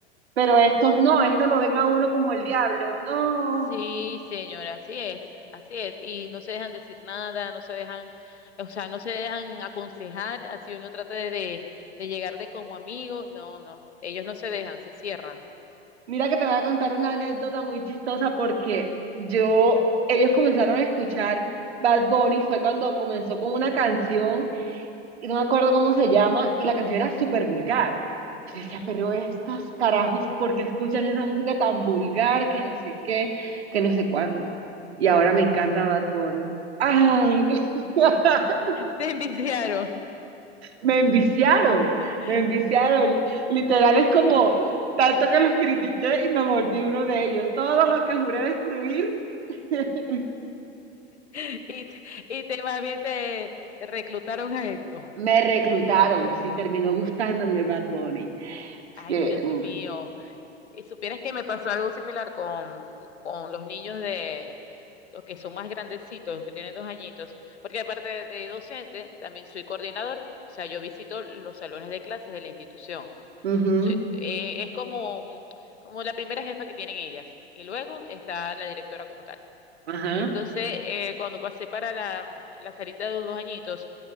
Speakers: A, on the right (about 70°); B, on the left (about 80°).
A: pero estos no, estos lo ven a uno como el diablo, no.
B: Sí, señora, así es, así es. Y no se dejan decir nada, no se dejan, o sea, no se dejan aconsejar, así uno trata de, de, de llegarle como amigo. No, no, ellos no se dejan, se cierran.
A: Mira que te voy a contar una anécdota muy chistosa porque yo, ellos comenzaron a escuchar Bad Bunny, fue cuando comenzó con una canción y no me acuerdo cómo se llama y la canción era súper vulgar. Yo
B: Ujú.
A: decía, pero estos carajos, ¿por qué escuchan esa música tan vulgar que no sé qué, que no sé cuándo? Y ahora me encanta Bad Bunny. Ay, <laughs>
B: Te enviciaron.
A: Me enviciaron,
B: <laughs>
A: me enviciaron. Literal es como tanto que los critiqué y me volví uno de ellos. Todo lo que juré destruir, <laughs>
B: Y, te- y te más bien te, te reclutaron a esto.
A: me reclutaron, sí, terminó gustándome Bad Bunny. Es
B: Ay,
A: que...
B: Dios
A: mm,
B: mío. Y supieras que me pasó algo similar con, con los niños de los que son más grandecitos, los que tienen dos añitos, porque aparte de docente, también soy coordinador, o sea, yo visito los salones de clases de la institución.
A: ujú,
B: Soy- eh, es como, un- como la primera jefa que tienen ellas, y luego está la directora como tal.
A: ajá.
B: Entonces, eh, cuando pasé para la, la salita de los dos añitos,